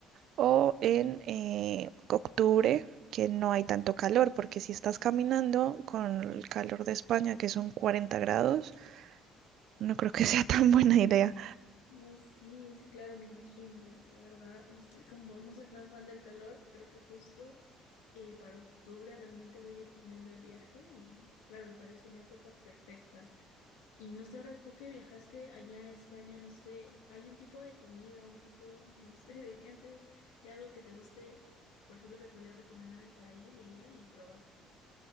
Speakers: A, on the right; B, on the left.
A: o en eh, octubre, que no hay tanto calor, porque si estás caminando con el calor de España, que son 40 grados, no creo que <laughs> sea tan buena idea.
B: No, sí, sí, claro, me imagino. La verdad, este, como no soy tan fan del calor, creo que justo. Eh, para octubre realmente voy a ir planeando el viaje y claro, me parece una época perfecta. Y no sé, ahora tú que viajaste allá a España, no sé, ¿hay un tipo de comida, un tipo, no sé, <laughs> de gente, de algo que te guste, por ejemplo, que podías recomendarme para ir y allá y probar?